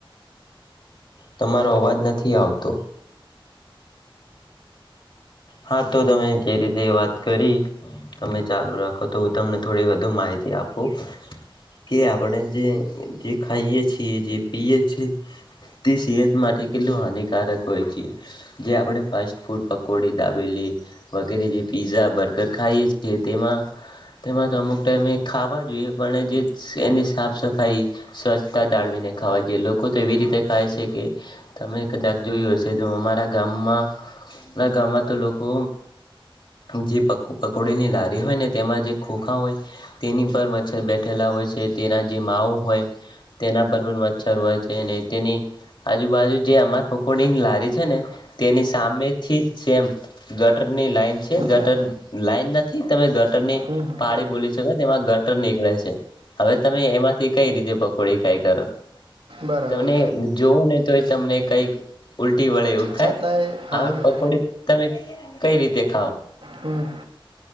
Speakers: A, on the left; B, on the right.
A: તમારો અવાજ નથી આવતો હા તો તમે કેવી રીતે વાત કરી. તમે ચાલુ રાખો તો હું તમને થોડી વધુ માહિતી આપું. કે આપણે જે જે ખાઈએ છીએ જે પીએ છીએ તે સીહત માટે કેટલું હાનિકારક હોય છે જે આપણે ફાસ્ટ ફૂડ પકોડી ડાબેલી વગેરે જે પીઝા બર્ગર ખાઈએી તેમાં તેમાં તો અમુક ટાઈમે ખાવા જોઈએ પણ જે એની સાફ સફાઈ સ્વચ્છતા જાળવીને ખાવા જઈએ લોકો તો એવી રીતે ખાય છે કે તમે કજાક જોયું હશે તો અમારા ગામમાં અમારા ગામમાં તો લોકો જે પકો પકોડેની લારી હોય ને તેમાં જે ખોખા હોય તેની પર મચ્છર બેઠેલા હોય છે તેના જે માઓ હોય તેના પર પણ મચ્છર હોય છે અને તેની આજુબાજુ જે અમાર પકોડીની લારી છે ને તેની સામેથી જ સેમ ગટર ની લાઈન છે ગટર
B: હા
A: લાઈન નથી તમે ગટ ગટર ની
B: હમ હમ
A: પાળી બોલી શકે તેમાં ગટર નીકળે છે. હવે તમે એમાંથી કઈ રીતે પકોડી ખાઈ કરો
B: બરાબર
A: તમને જોવુ ને તો એ તમને કઈક ઉલટી વડે એવું થાય
B: છતાંય હા
A: આવી
B: હા
A: પકોડી તમે કઈ રીતે ખાવ.
B: હમ